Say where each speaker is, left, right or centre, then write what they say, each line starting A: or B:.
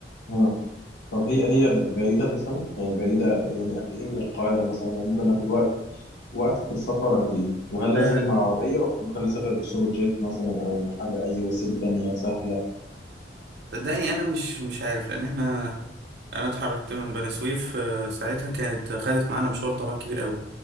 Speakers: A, on the left; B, on the right.
A: اه طب هي هي ب- بعيدة مثلا يعني بعيدة يعني قد ايه من القاهرة مثلا يعني ممكن ناخد وقت وقت في السفر قد ايه وهل لازم
B: آه،
A: مع عربية ولا ممكن اسافر بالسوبر جيت مثلا او حاجة اي وسيلة تانية سهلة
B: صدقني انا مش مش عارف لان احنا انا اتحركت من بني سويف آه، ساعتها كانت خدت معانا مشوار طبعا كبير قوي